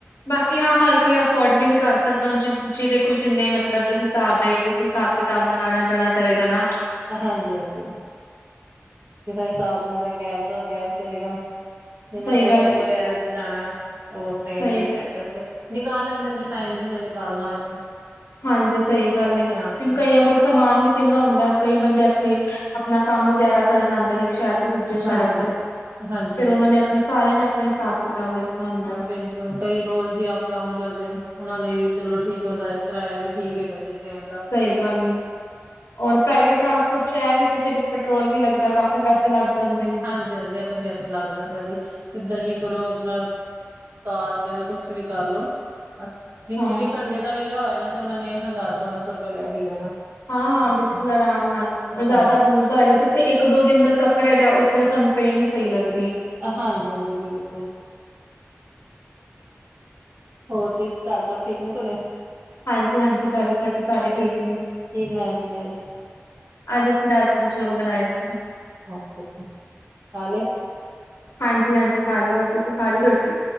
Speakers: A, on the left; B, on the right.
A: ਬਾਕੀ ਆਂ ਹੱਰ ਕੋਈ ਅਫੋਰਡ ਵੀ ਨੀ ਕੱਰ ਸਕਦਾ ਜਿ, ਜਿਦੇ ਕੋਲ ਜਿੰਨੇ ਮਤਲਬ ਹਿਸਾਬ ਦੇ, ਉਸ ਹਿਸਾਬ ਕਿਤਾਬ ਨਾਲ ਅੱਣਾ-ਜੱਣਾ ਕਰੇਗਾ ਨਾ।
B: ਹਾਂਜੀ-ਹਾਂਜੀ, ਜਿਥਾ ਹਿਸਾਬ ਹੁੰਦਾ ਕੈਬ ਦਾ ਕੈਬ ਕਰੇਗਾ। ਜਿਨੇ
A: ਸਹੀ
B: ਟ੍ਰੇਨ
A: ਗੱਲ ਹੈ
B: ਵਗੈਰਾ ਚ ਜਾਣਾ, ਓ ਟ੍ਰੇਨ
A: ਸਹੀ
B: ਵਿੱਚ ਜਾਏਗਾ, ਠੀਕ ਐ ਨਿਕਾਲ ਲੈਂਦੇ ਜੀ, ਟਾਈਮ ਜਿਨੇ ਨਿਕਾਲਣਾ ਹੋਏ ਤੇ
A: ਹਾਂਜੀ ਸਈ ਗੱਲ ਏ,
B: ਜਾਣ
A: ਫਿ
B: ਲਈ
A: ਕਈਆਂ ਕੋਲ ਸਮਾਨ ਵੀ ਤਿੰਨਾ ਹੁੰਦਾ, ਹੁਣ ਕਈ ਬੰਦੇ ਏਥੇ ਆਪਣਾ ਕੰਮ ਵਗੈਰਾ ਕਰਨ ਆਦੇ ਨੇ ਕੇ ਸ਼ੈਦ ਤੇ ਦੂਜੇ
B: ਹਾਂਜੀ
A: ਸ਼ੈਰ ਚ,
B: ਹਾਂਜੀ
A: ਫੇਰ
B: ਹਾਂਜੀ
A: ਓਨਾਂ ਨੇ ਅਪਣਾ ਸਾਰੇਆਂ ਨੇ ਆਪਣਾ ਹਿਸਾਬ-ਕਿਤਾਬ ਵੇਖਣਾ ਹੁੰ
B: ਪਿਕੁਲ ਕਈ ਰੋਜ਼ ਜੇ ਅੱਪ-ਡਾਊਨ ਕਰਦੇ ਨੇ, ਓਨਾਂ ਲਈ ਵੀ ਚਲੋ ਠੀਕ ਹੁੰਦਾ ਏ, ਕਿਰਾਆ ਵੀ ਠੀਕ ਹੈਗਾ ਜੇ ਟ੍ਰਰੇਨ ਦਾ
A: ਸਈ ਗੱਲ ਏ। ਔਰ ਪ੍ਰਾਈਵੇਟ ਟਰਾਂਸਪੋਰਟ ਚ ੲੈ ਵੇ ਕੇ ਫਿਰ ਪੈਟਰੋਲ ਵੀ ਲੱਗਦਾ, ਕਾਫੀ ਪੈਸੇ ਲੱਗ ਜਾਂਦੇ ਨੇ
B: ਹਾਂਜੀ-ਹਾਂਜੀ ੲੈ ਤੇ ਫੇਰ ਲੱਗ ਜਾਂਦਾ ਜੀ, ਕਿੱਧਰ ਵੀ ਕਰੋ ਲ ਕਾਰ ਵਗੈਰਾ ਕੁਛ ਵੀ ਕੱਰ ਲੋ। ਜਿੰਨੇ
A: ਹਾਂਜੀ।
B: ਵੀ ਘੰਟੇ ਦਾ ਵੀਰਾ ਹੋਏ ਨਾ ਤੇ, ਓਨਾਂ ਨੇ ਹਜ਼ਾਰ-ਬਾਰਾਂ ਸੌ ਰੁਪਏ ਲੈ ਹੀ ਲੈਣਾ।
A: ਹਾਂ-ਹਾਂ
B: ਹਾਂਜੀ
A: ਬਿਲਕੁਲ, ਅਰਾਮ ਨਾਲ, ਜਾਦਾ
B: ਹਾਂਜੀ
A: ਦੂਰ ਦਾ ਹੋਏਗਾ, ਜਿੱਥੇ ਏ ਕ-ਦੋ ਦਿਨ ਦਾ ਸਫ਼ਰ ਹੈਗਾ, ਉੱਥੇ ਤਾਂ ਸਾਨੂੰ ਟ੍ਰੇਨ ਈ ਸਈ ਲੱਗਦੀ ਏ।
B: ਹਾਂਜੀ-ਹਾਂਜੀ, ਬਿਲਕੁਲ। ਹੋਰ ਜੀ, ਘੱਰ ਸਭ ਠੀਕ ਨੇ ਤੋਡੇ।
A: ਹਾਂਜੀ-ਹਾਂਜੀ, ਘੱਰ ਸਾਡੇ ਸਾਰੇ ਠੀਕ ਨੇ।
B: ਕੀ ਬਣਾਇਆ ਸੀ ਜੀ ਅੱਜ
A: ਅੱਜ ਅਸੀ ਰਾਜਮਾ-ਚੋਲ ਬਣਾਏ ਸੀ।
B: ਅੱਛਾ ਜੀ, ਖਾਲੇ।
A: ਹਾਂਜੀ-ਹਾਂਜੀ ਖਾ ਲੇ, ਹੋਰ ਤੁਸੀਂ ਖਾ ਲੀ ਰੋਟੀ।